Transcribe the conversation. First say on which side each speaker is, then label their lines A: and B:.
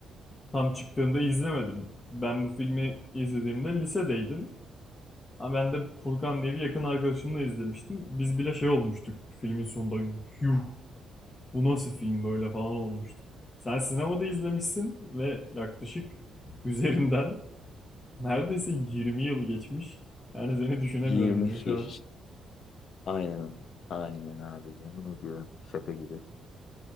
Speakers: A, on the left (about 30°); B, on the left (about 65°).
A: Tam çıktığında izlemedim. Ben bu filmi izlediğimde lisedeydim. Ama ben de Furkan diye bir yakın arkadaşımla izlemiştim. Biz bile şey olmuştuk filmin sonunda. Yuh, bu nasıl film böyle falan olmuştuk. Sen sinemada izlemişsin ve yaklaşık üzerinden neredeyse 20 yıl geçmiş. Yani seni düşünemiyorum
B: 20
A: bile şu
B: yaş.
A: an.
B: Aynen. Aynen abi. Yemin ediyorum. Şaka gibi.